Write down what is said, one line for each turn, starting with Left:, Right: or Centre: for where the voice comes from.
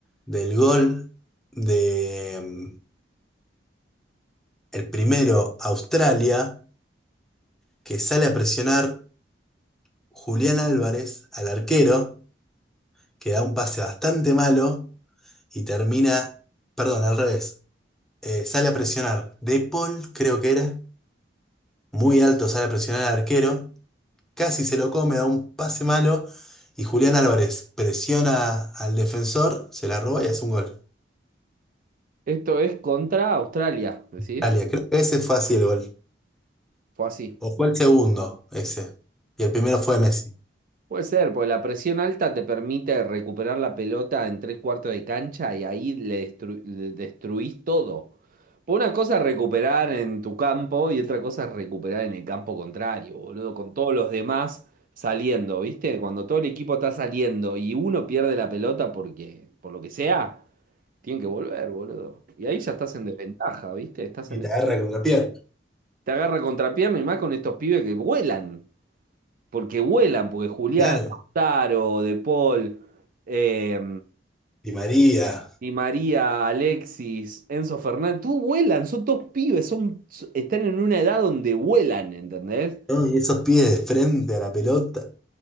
Centre: del gol de mm, el primero Australia, que sale a presionar Julián Álvarez al arquero, que da un pase bastante malo y termina, perdón, al revés, Eh, sale a presionar De Paul, creo que era, muy alto sale a presionar al arquero, casi se lo come, da un pase malo y Julián Álvarez presiona al defensor, se la roba y hace un gol.
Right: esto es contra Australia, ¿decís?
Centre: Australia, creo que ese fue así el gol.
Right: Fue así.
Centre: O fue el segundo ese. Y el primero fue Messi.
Right: Puede ser, porque la presión alta te permite recuperar la pelota en tres cuartos de cancha y ahí le, destru- le destruís todo. Por una cosa es recuperar en tu campo y otra cosa es recuperar en el campo contrario, boludo, con todos los demás saliendo, ¿viste? Cuando todo el equipo está saliendo y uno pierde la pelota porque, por lo que sea, tienen que volver, boludo. Y ahí ya estás en desventaja, ¿viste? Estás
Centre: Y
Right: en...
Centre: te
Right: de-
Centre: agarra con la pierna.
Right: Te agarra contrapierna y más con estos pibes que vuelan porque vuelan, porque Julián,
Centre: Claro.
Right: Lautaro, De Paul, eh,
Centre: Y María.
Right: Di María, Alexis, Enzo Fernández, todos vuelan, son dos pibes, son, están en una edad donde vuelan, ¿entendés?
Centre: ¿no? Y esos pies de frente a la pelota